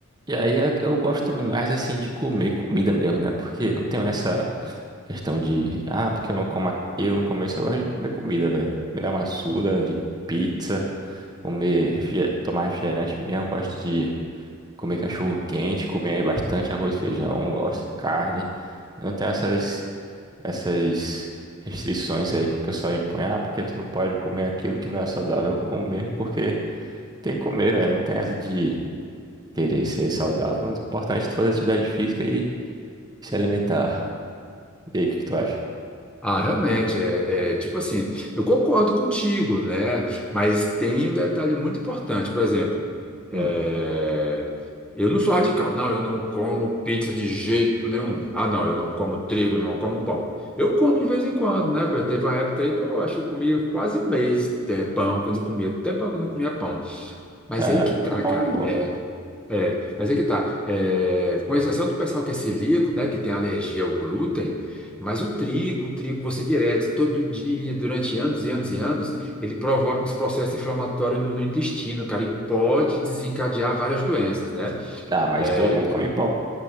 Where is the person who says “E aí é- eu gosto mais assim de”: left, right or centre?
Right